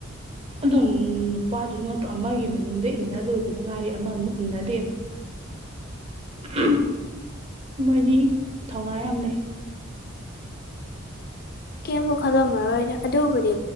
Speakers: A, on the right (about 30°); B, on the left (about 50°).
A: ꯑꯗꯨꯝ ꯅꯨꯄꯥꯗꯨ ꯅꯠꯇꯔꯣ ꯑꯃꯒꯤ ꯃꯅꯤꯡꯗ ꯏꯟꯅ ꯂꯣꯏꯕꯗ ꯉꯥꯏꯔꯤ ꯑꯃꯃꯨꯛ ꯏꯟꯅ ꯂꯩꯔꯝꯃꯤ ꯑꯍꯝ ꯃꯣꯏꯅꯤ ꯊꯧꯅꯥ ꯌꯥꯝ ꯂꯩ
B: ꯀꯦꯝꯕꯨ ꯈꯜꯂꯝꯃꯔꯣꯏꯗ ꯑꯗꯨꯕꯨꯗꯤ